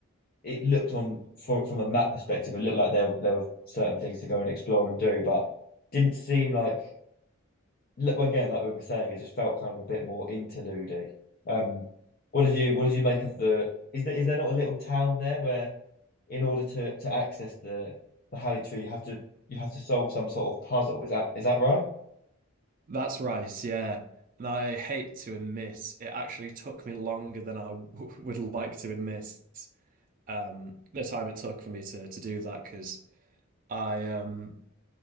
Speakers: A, on the left; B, on the right.
A: it looked on from from a map perspective, it looked like there there were certain things to go and explore and do, but didn't seem like look again, like we were saying, it just felt kind of a bit more interlude-y. Um, what did you what did you make of the is there is there not a little town there where in order to to access the the Halley Tree you have to you have to solve some sort of puzzle? Is that is that right?
B: That's right, yeah. And I hate to admit, it actually took me longer than I w <laughs> would like to admit um the time it took for me to to do that because I um